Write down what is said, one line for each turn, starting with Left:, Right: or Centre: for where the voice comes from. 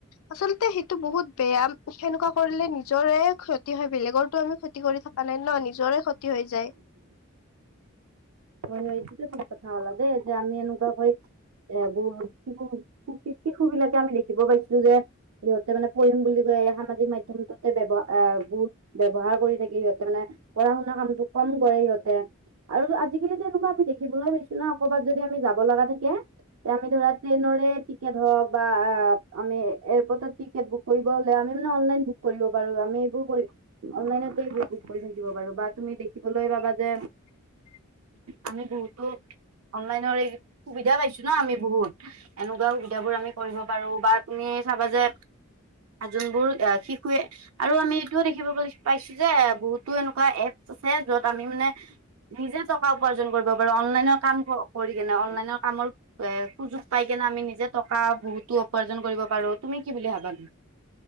Left: আচলতে সেইটো বহুত বেয়া সেনেকুৱা কৰিলে নিজৰে ক্ষতি হয় বেলেগৰটো আমি ক ক্ষতি কৰি থকা নাই ন' নিজৰে ক্ষতি হৈ যায়।
Right: অ' সাইটিতে কথা কলা দে যে আমি এনেকুৱা কৰি এ বহুত শিশু শিশু বিলাকে আমি দেখিব পাইছিলো যে সিহঁতে মানে কৰিম বুলি ক সামাজিক মাধ্যমতোটে ব্যৱ এ বহুত ব্যৱহাৰ কৰি থাকে সিহতে মানে পঢ়া শুনা কামটো কম কৰে সিহঁতে, আৰু আজিকালি যে এনেকুৱা আমি দেখিবলৈ পাইছো ন' ক'বাত যদি আমি যাব লগা থাকে আমি ধৰা ট্ৰেইনৰে টিকেট হওক বা আমি এয়াৰপৰ্টত টিকেট বুক কৰিব হলে আমি। আমি না অনলাইন বুক কৰিব পাৰে আমি এইবোৰ কৰি অনলাইনতে এইবোৰ বুক কৰি থাকিব পাৰো বা তুমি বাবাদে
Left: <unintelligible>
Right: আমি বহুতো অনলাইনৰ এই সুবিধা পাইছো। ন আমি বহুত এনেকুৱা সুবিধা বোৰ আমি কৰিব পাৰো বা তুমি চাবা যে যোনবোৰ শিশুৱে আৰু আমি এইটোও দেখিব পাইছো যে বহুতো এনেকুৱা এপ যত আমি মানে নিজে উপাৰ্জন কৰিব পাৰো অনলাইনৰ কাম কৰি কেনে অনলাইনৰ কামৰ সুযোগ পাই কেনে আমি নিজে টকা বহুতো উপাৰ্জন কৰিব পাৰো তুমি কি বুলি ভাসানো?